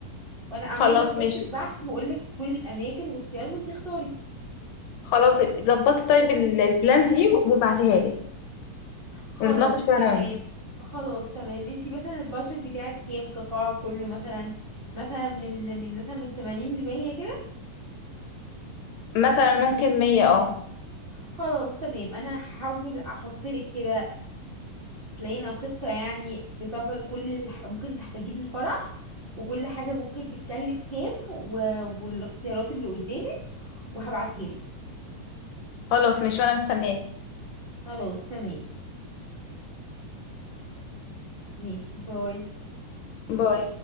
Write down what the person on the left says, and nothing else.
خلاص
ماشي
خلاص ظبطي طيب ال- البلانز دي وابعتيها لي
ونتناقش فيها
انا وانت
مثلا ممكن مية اه
خلاص مش وانا مستنياك
باي